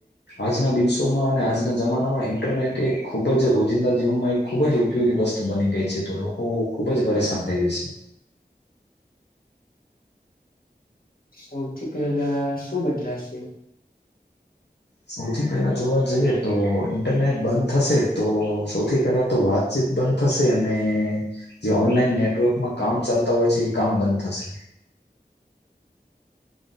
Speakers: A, on the left; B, on the left.
A: આજના દિવસોમાં અને આજના જમાનામાં ઇન્ટરનેટ એક ખૂબ જ રોજિંદા જીવનમાં એક ખૂબ જ ઉપયોગી વસ્તુ બની ગઈ છે તો લોકો ખૂબ જ પરેશાન થએ છે
B: સૌથી પહેલા શું બદલાશે
A: સૌથી પહેલા જોવાત જઈએ તો ઈન્ટરનેટ બંધ થશે તો સૌથી પહેલા તો વાતચીત બંધ થશે અને જે ઓનલાઈન નેટવર્કમાં કામ ચાલતા હોય છે એ કામ બંધ થશે